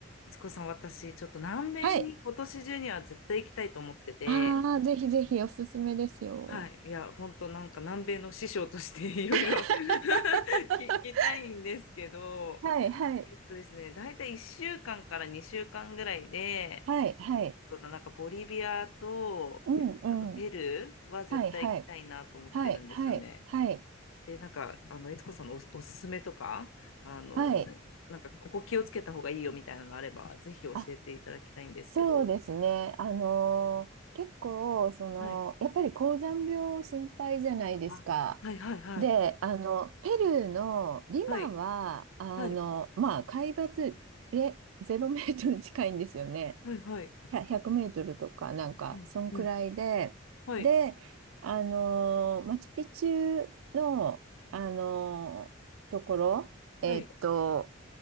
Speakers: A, on the left; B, on the right.
A: 悦子さん、私、ちょっと南米に今年中には絶対行きたいと思ってて、
B: はい。ああ、ぜひぜひおすすめですよ。
A: はい、いや、本当なんか南米の師匠として <laughs> いろいろ
B: <laughs>
A: <laughs> 聞きたいんですけど、
B: はい、はい、
A: えっとですね、大体1週間かんから2週間ぐらいで、
B: はい、はい。
A: そうだななんかボリビアと、
B: うん、
A: あとペルーは絶対行きたいなと思ってるんですよね。
B: うん。はい、はい、はい、はい、はい、
A: で、なんか、あの、悦子さんのお、おすすめとか、あの、
B: はい。
A: なんかここ気をつけた方がいいよみたいなのがあれば、ぜひ教えていただきたいんですけど。
B: あ、そうですね。あのー結構、その、
A: はい
B: やっぱり高山病心配じゃないですか。
A: あ、はいはいはい。
B: で、あの、ペルーのリマは、
A: はい。
B: あの、
A: はい。
B: まあ、海抜れ0メートル近いんですよね。
A: はいはい。
B: ひゃ100メートルとか、なんか、
A: うん。
B: そんくらいで、
A: うん。はい。
B: で、あのーマチュピチュの、あのーところ、えっと、
A: はい。